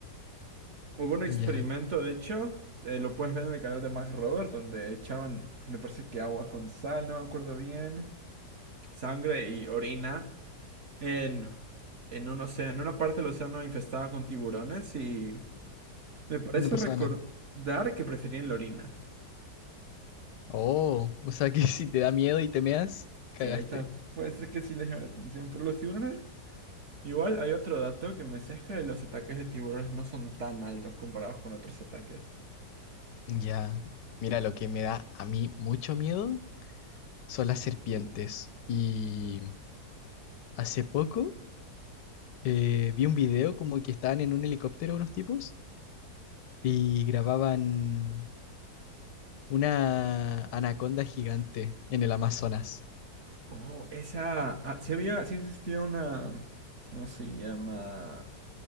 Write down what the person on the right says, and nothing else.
Hubo un experimento,
de hecho, eh, lo puedes ver en el canal de Max Robert, donde echaban, me parece que agua con sal, no me acuerdo bien, sangre y orina en, en un océano, en una parte del océano infestada con tiburones y. Me parece
recordar
que preferían la orina.
Sí, ahí está. Puede ser que sí les llame la atención. Pero los tiburones, igual hay otro dato que me sesga de los ataques de tiburones no son tan altos comparados con otros ataques.
Oh, esa. ah, sí había, sí existía una. ¿Cómo se llama?